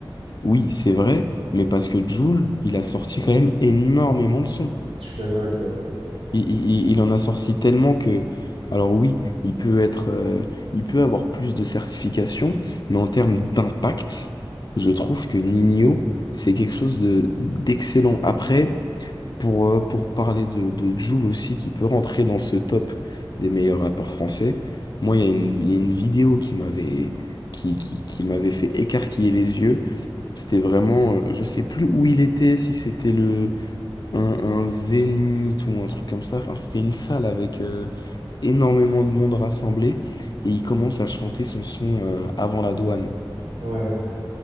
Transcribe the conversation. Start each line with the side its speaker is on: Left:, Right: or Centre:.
Left: Oui, c'est vrai, mais parce que Joule, il a sorti quand même énormément de sons.
Right: Je suis d'accord avec toi.
Left: Il, il- il en a sorti tellement que, alors oui, il peut être, euh, il peut avoir plus de certifications, mais en termes d'impact, je trouve que Nino, c'est quelque chose de d'excellent. Après, pour, euh, pour parler de, de Jul aussi, qui peut rentrer dans ce top des meilleurs rappeurs français, moi, il y a une, il y a une vidéo qui m'avait, qui, qui, qui m'avait fait écarquiller les yeux. C'était vraiment, euh, je sais plus où il était, si c'était le un, un zénith ou un truc comme ça. Enfin, c'était une salle avec euh, énormément de monde rassemblé et il commence à chanter son son euh, avant la douane.
Right: Ouais.